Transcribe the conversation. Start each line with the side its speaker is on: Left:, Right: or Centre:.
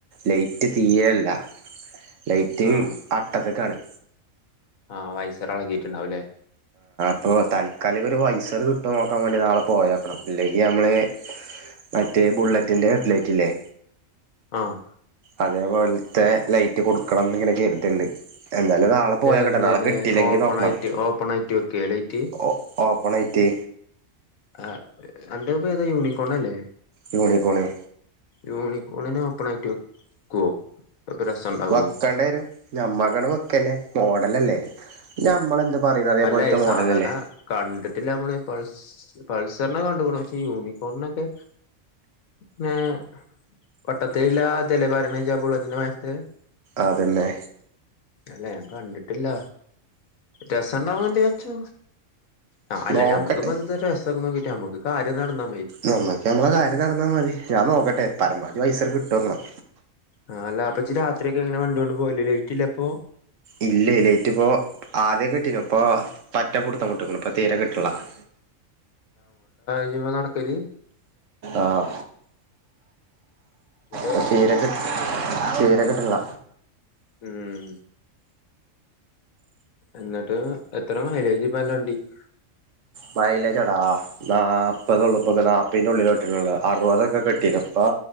Right: ലൈറ്റ് തീരെയല്ല ലൈറ്റ്
Left: ആഹ്
Right: അട്ടത്തക്കാണ്
Left: ആഹ് വൈസർളക്കിട്ടുണ്ടാവല്ലേ
Right: ഇപ്പോൾ താൽക്കാലിക ഒരു വൈസർ കിട്ടു നോക്കാൻ വേണ്ടി നാളെ പോയോ ക്കണം ഇല്ലെങ്കിൽ നമ്മൾ മറ്റേ ബുള്ളറ്റിൻ്റെ ഹെഡ്ലൈറ്റില്ലേ?
Left: ആഹ
Right: അതേപോലത്തെ ലൈറ്റ് കൊടുക്കണംന്ന് ഇങ്ങനെ കരുതിണ്ട്. എന്തായാലും നാളെ പോയോ കെട്ടെ
Left: എങ്ങനെ
Right: നാളെ കിട്ടില്ലെങ്കി
Left: ഓപ്പൺ
Right: നോക്കണം
Left: ആയിട്ട് ഓപ്പൺ ആയിട്ട് വെക്കേ ലൈറ്റ്
Right: ഓ ഓപ്പണായിട്ട്.
Left: ആ അന്റെത് പേ താ യൂണിക്കോൺ അല്ലേ?
Right: യുണികോണ്.
Left: യൂണിക്കോണിനെ ഓപ്പണായിട്ട് വെക്കുവോ? അപ്പൊ രസണ്ടാവോ
Right: വെക്കണ്ടരും ഞമ്മക്കങ്ങട് വെക്കന്നെ മോഡലല്ലേ ഞമ്മളെന്ത് പറയുന്നു അതേപോലത്തെ
Left: അല്ല
Right: മോഡലല്ലേ
Left: സാധാരണ കണ്ടിട്ടില്ലമ്മള് പ പൾസറിനെ കണ്ടക്ണു പക്ഷെ യൂണിക്കോണിനൊക്കെ? <unintelligible> ബുള്ളത്തിന്റെ മാരിതെ
Right: അതന്നെ
Left: അല്ല ഞാൻ കണ്ടിട്ടില്ല രസുണ്ടാവുന്ന് ണ്ടേ വച്ചോ. ആ അല്ല
Right: നോക്കട്ടെ
Left: ഞമ്മുക്ക്വെന്താ രസൊക്കെ നോക്കിട്ട് നമ്മുക്ക് കാര്യം നടന്ന
Right: നമ്മക്ക് നമ്മളെ കാര്യം നടന്നാ മതി ഞാൻ നോക്കട്ടെ പരമാവധി പൈസ കിട്ടോ നോകണം.
Left: ആ അല്ല അപ്പൊ ജ് രാത്രിയൊക്കെ എങ്ങനെ വണ്ടിയോണ്ട് പോവല് ലൈറ്റ് ഇല്ല അപ്പൊ?
Right: ഇല്ലെയ് ലൈറ്റിപ്പോ ആദ്യ ഒകെ കിട്ടീ നി ഇപ്പൊ പറ്റപ്പുടുത്തം വിട്ട്ക്ക്ണ് ഇപ്പൊ തീരെ കിട്ട്നില്ല. <inaudible>
Left: ജ്ജയ് മെനടക്കല്.
Right: ആഹ
Left: എന്നിട്ട്
Right: <unintelligible> തീരെ കിട്ട്നില്ല.
Left: ഉം എന്നിട്ട് എത്ര മൈലേജ് ഇപ്പോ അന്റ വണ്ടിക്ക്?
Right: മൈലേജെടാ നാപ്പത് ഒള്ളുപ്പ നാപിന്റെ ഉള്ളിലേ കിട്ടൊള്ളു അറുപതൊക്കെ കിട്ടീ നി ഇപ്പോ